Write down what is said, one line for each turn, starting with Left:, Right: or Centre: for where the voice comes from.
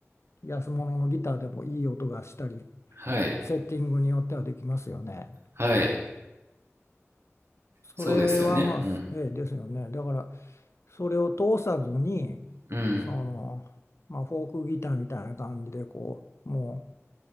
Left: 安物のギターでもいい音がしたり、
Right: はい。
Left: セッティングによってはできますよね。
Right: はい。
Left: それはまあ、
Right: そうですよね。うん
Left: ええですよね。だからそれを通さずに
Right: うん。
Left: その、まあ、フォークギターみたいな感じでこうも